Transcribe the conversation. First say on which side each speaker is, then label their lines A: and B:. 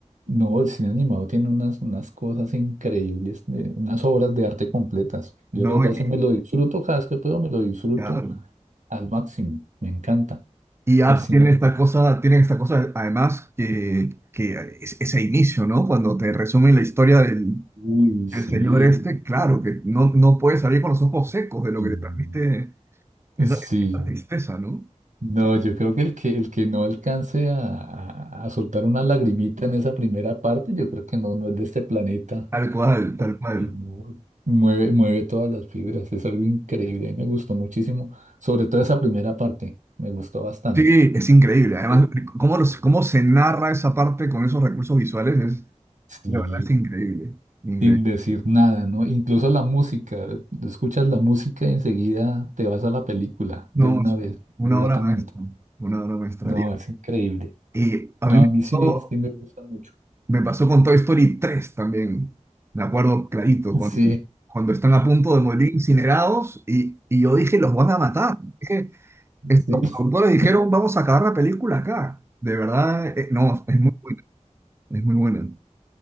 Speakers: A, on the right (about 85°); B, on the right (about 20°).
A: No, el cine animado tiene unas, unas cosas increíbles, de- unas obras de arte completas. Yo
B: No,
A: de verdad
B: y,
A: sí me lo disfruto cada vez que puedo, me lo disfruto
B: claro.
A: al máximo. Me encanta.
B: Y Up
A: El cine.
B: tiene esta cosa, tiene esta cosa, además, que, que es- ese inicio, ¿no? Cuando te resumen la historia del,
A: Uy, sí.
B: del señor este, claro, que no, no puedes salir con los ojos secos de lo
A: y-
B: que te transmite esa,
A: Sí.
B: esa tristeza, ¿no?
A: No, yo creo que el que, el que no alcance a, a- a soltar una lagrimita en esa primera parte, yo creo que no, no es de este planeta,
B: Tal cual,
A: porque
B: tal cual.
A: no, mueve, mueve todas las fibras, es algo increíble, me gustó muchísimo, sobre todo esa primera parte, me gustó bastante.
B: Sí, es increíble. Además,
A: Pues,
B: cómo, los-
A: Sí,
B: cómo se narra esa parte con esos recursos visuales es,
A: Sí,
B: de verdad, es increíble. Increíble.
A: sin decir nada, ¿no? Incluso la música, tú escuchas la música y enseguida te vas a la película de
B: No,
A: una
B: es
A: vez,
B: una
A: inmediatamente.
B: obra maestra. Una obra maestra.
A: No, es increíble.
B: Y, y a
A: No,
B: mí
A: a
B: me
A: mí
B: pasó,
A: sí, sí me gusta mucho.
B: me pasó con Toy Story tres también. Me acuerdo clarito, cuando,
A: Sí.
B: cuando están a punto de morir incinerados y, y yo dije, los van a matar. Dije, estos
A: Sí,
B: productores dijeron,
A: <laughs>
B: vamos a acabar la película acá. De verdad, eh, no, es muy buena. Es muy buena.